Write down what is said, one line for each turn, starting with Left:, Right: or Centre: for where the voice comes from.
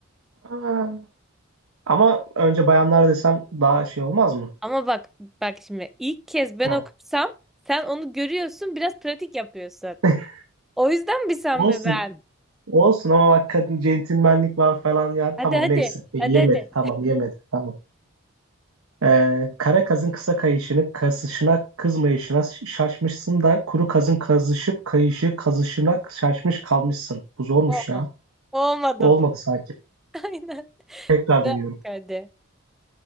Right: Aa, Ama önce bayanlar desem daha şey olmaz mı?
Centre: Ama bak bak şimdi ilk kez ben
Right: Hı.
Centre: okursam sen onu görüyorsun biraz pratik yapıyorsun.
Right: <laughs>
Centre: O yüzden mi sen
Right: Olsun.
Centre: mi ben?
Right: Olsun ama bak kadın centilmenlik var falan yani.
Centre: Hadi
Right: Tamam
Centre: hadi
Right: neyse. Peki
Centre: hadi
Right: yemedi.
Centre: hadi.
Right: Tamam yemedi. Tamam. Ee, kara kazın kısa kayışını kasışına kızmayışına ş- şaşmışsın da kuru kazın kazışıp kayışı kazışına şaşmış kalmışsın. Bu zormuş
Centre: Olmadı.
Right: ya.
Centre: Olmadı
Right: Olmadı
Centre: bu.
Right: sanki.
Centre: <laughs> Aynen.
Right: Tekrar
Centre: Bir daha
Right: deniyorum.
Centre: bak hadi.